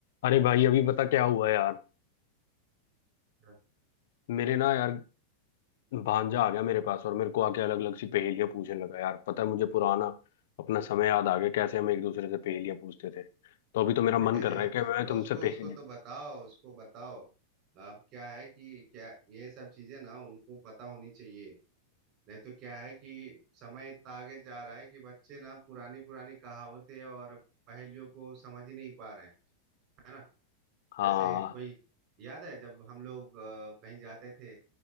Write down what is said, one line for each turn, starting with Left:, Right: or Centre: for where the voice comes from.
Left: अरे भाई अभी पता क्या हुआ यार
Right: <laughs>
Left: मेरे ना यार भांजा आ गया मेरे पास और मेरे को आके अलग अलग सी पहेलियां पूछने लगा यार पता है मुझे पुराना अपना समय याद आ गया कैसे हम एक दूसरे से पहेलियां पूछते थे तो अभी तो मेरा मन
Right: तो
Left: कर रहा है कि मैं तुमसे
Right: उसको
Left: पहेली
Right: उसको तो बताओ उसको बताओ अब क्या है कि क्या ये सब चीजें ना उनको पता होनी चाहिए नहीं तो क्या है कि समय इतना आगे जा रहा है कि बच्चे ना पुरानी पुरानी कहावतें और पहेलियों को समझ ही नहीं पा रहे हैं है ना
Left: हाँ
Right: जैसे कोई याद है जब हम लोग अ, कहीं जाते थे